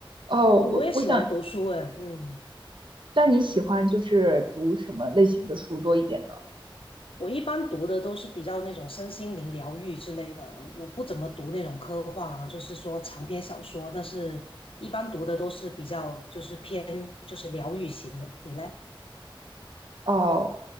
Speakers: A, on the right; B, on the left.
A: 哦，
B: 哦，
A: 我我想，
B: 我也喜欢读书诶。嗯，
A: 那你喜欢就是读什么类型的书多一点呢
B: 我一般读的都是比较那种身心灵疗愈之类的，我不怎么读那种科幻啊，就是说长篇小说，但是一般读的都是比较就是偏就是疗愈型的。你嘞？
A: 哦，